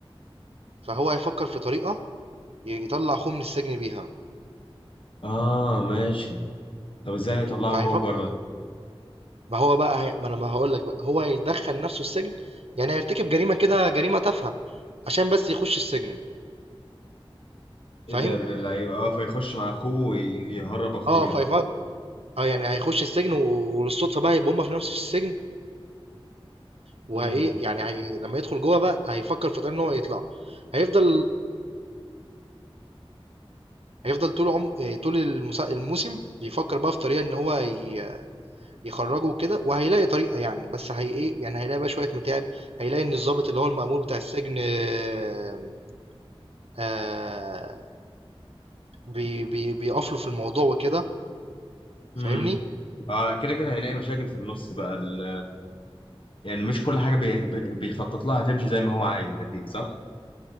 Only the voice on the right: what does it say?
فهو هيفكر في طريقه ي- يطلع اخوه من السجن بيها
فهيفكر
ما هو بقى هي... ما انا ما هقول لك بقى هو هيدخل نفسه السجن يعني هيرتكب جريمه كده جريمه تافهه عشان بس يخش السجن فاهم
اه
فيفكر اه يعني هيخش السجن و- وللصدفه بقى يبقى هما في نفس السجن وهي
يعني هي لما يدخل جوه بقى هيفكر في طريقة ان هو يطلع هيفضل هيفضل طول عم آه، طول المسا... الموسم بيفكر بقى في طريقه ان هو ي... يخرجه وكده وهيلاقي طريقه يعني بس هي ايه يعني هيلاقي بقى شويه متاعب هيلاقي ان الضابط اللي هو المأمور بتاع السجن آه... آه... بي... بي... بيقف له في الموضوع وكده فاهمني